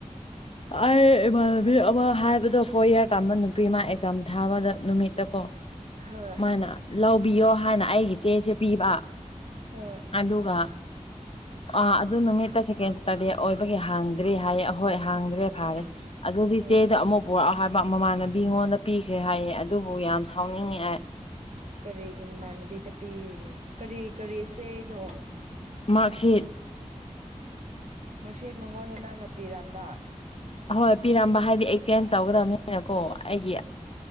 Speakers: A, on the left; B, on the right.
A: ꯑꯩ ꯏꯃꯥꯟꯅꯕꯤ ꯑꯃ ꯍꯥꯏꯕꯗꯣ ꯐꯣꯔ ꯏꯌꯥꯔ ꯇꯝꯕ ꯅꯨꯄꯤ ꯑꯃ ꯃꯥ ꯑꯦꯛꯖꯥꯝ ꯊꯥꯕꯗ ꯅꯨꯃꯤꯠꯇ ꯀꯣ
B: ꯍꯣꯏ
A: ꯃꯥꯅ ꯂꯧꯕꯤꯌꯣ ꯍꯥꯏꯅ ꯑꯩꯒꯤ ꯆꯦꯖꯦ ꯄꯤꯕ
B: ꯎꯡ
A: ꯑꯗꯨꯒ ꯑꯥ ꯑꯗꯨ ꯅꯨꯃꯤꯠꯇ ꯁꯦꯀꯦꯟ ꯁꯇꯔꯗꯦ ꯑꯣꯏꯕꯒꯤ ꯍꯥꯡꯗ꯭ꯔꯦ ꯍꯥꯏꯌꯦ ꯑꯍꯣꯏ ꯥꯍꯥꯡꯗ꯭ꯔꯦ ꯐꯥꯔꯦ
B: ꯑꯣ
A: ꯑꯗꯨꯗꯤ
B: ꯑꯣ
A: ꯆꯦꯗꯣ ꯑꯃꯨꯛ ꯄꯨꯔꯛꯑꯣ ꯍꯥꯏ ꯃꯃꯥꯟꯅꯕꯤꯉꯣꯟꯗ ꯄꯤꯈ꯭ꯔꯦ ꯍꯥꯏꯌꯦ ꯑꯗꯨꯕꯨ ꯌꯥꯝ ꯁꯥꯎꯅꯤꯡꯉꯦ ꯑꯩ
B: ꯀꯔꯤꯒꯤ ꯃꯃꯥꯟꯅꯕꯤꯗ ꯄꯤꯔꯤꯅꯣ ꯀꯔꯤ ꯀꯔꯤ ꯆꯦꯅꯣ
A: ꯃꯥꯛꯁꯤꯠ
B: ꯃꯔꯁꯤꯠ ꯃꯉꯣꯟꯗ ꯅꯪꯅ ꯄꯤꯔꯝꯕ
A: ꯍꯣꯏ ꯄꯤꯔꯝꯕ ꯍꯥꯏꯗꯤ ꯑꯦꯛꯆꯦꯟꯖ ꯇꯧꯒꯗꯕꯅꯤꯅꯀꯣ ꯑꯩꯒꯤ